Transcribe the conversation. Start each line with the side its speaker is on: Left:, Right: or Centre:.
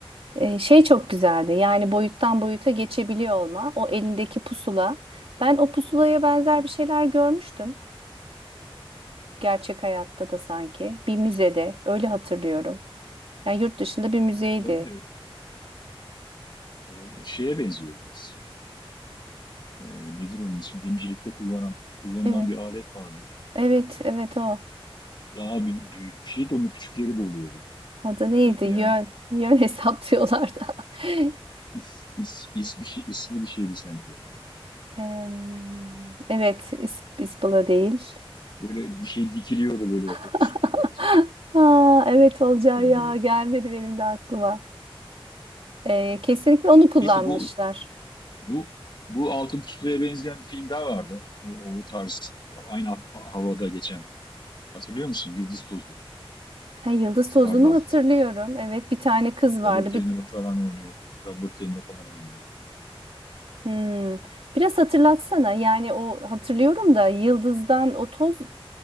Right: Ee, şey çok güzeldi. Yani boyuttan boyuta geçebiliyor olma. O elindeki pusula. Ben o pusulaya benzer
Left: Hı hı.
Right: bir şeyler görmüştüm. Gerçek hayatta da sanki. Bir müzede. Öyle hatırlıyorum. Yani yurt dışında bir müzeydi.
Left: Olabilir. Olabilir. Şeye benziyor biraz. Ee, nedir onun ismi? Dimcilikte kullanan kullanılan
Right: Evet,
Left: bir alet vardı.
Right: evet, evet o.
Left: Daha bü- büyük bir şeydi. Onun küçükleri de oluyordu.
Right: Adı neydi?
Left: Neydi
Right: Yön.
Left: ya?
Right: Yön hesaplıyorlardı. <laughs>
Left: İs, is, is, is bir şey, isli bir şeydi sanki.
Right: Em, evet, is, ispala değil.
Left: Böyle bir şey dikiliyordu böyle
Right: <laughs>
Left: orta, ortasında.
Right: Aa, evet olacağı
Left: Üçgen
Right: ya
Left: gibi.
Right: gelmedi benim de aklıma. Ee, kesinlikle onu kullanmışlar.
Left: Neyse bu bu bu Altın Pustula'ya benzeyen bir film daha vardı. O, o tarz aynı ha- havada geçen. Hatırlıyor musun? Yıldız Tozlu.
Right: Ha, yıldız
Left: Stardust.
Right: tozunu hatırlıyorum. Evet bir tane kız vardı.
Left: Robert
Right: Bir,
Left: De Niro falan oynuyordu. Robert De Niro falan oynuyordu.
Right: Hmm. Biraz hatırlatsana. Yani o hatırlıyorum da yıldızdan o toz